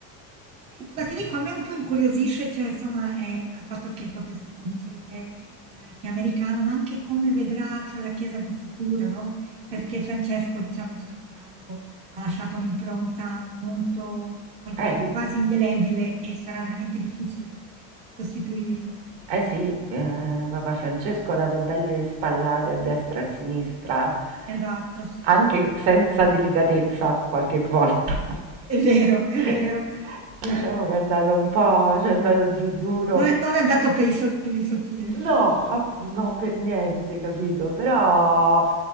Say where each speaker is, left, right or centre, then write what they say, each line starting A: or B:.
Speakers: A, on the right; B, on the right.
A: Senti, ma ti dico, a me un po' incuriosisce, cioè, insomma, è- a patto che proprio sì, come dicevi te, eh, che è americano, ma anche come vedrà, cioè, la Chiesa nel futuro, no? Perché Francesco, diciamocelo chiaro, ha lasciato un'impronta molto, come dire,
B: Eh, di-
A: quasi indelebile e sarà veramente difficile sostituirlo.
B: eh sì, eh, Papa Francesco ha dato belle spallate a destra e a sinistra,
A: Esatto, sì.
B: anche senza delicatezza qualche volta.
A: È
B: <laughs>
A: vero, è vero. Cioè,
B: Diciamo che è andato un po', ci è andato giù duro.
A: Non è non è andato per il so per il sottile,
B: No,
A: diciamo.
B: a- no, per niente, capito? Però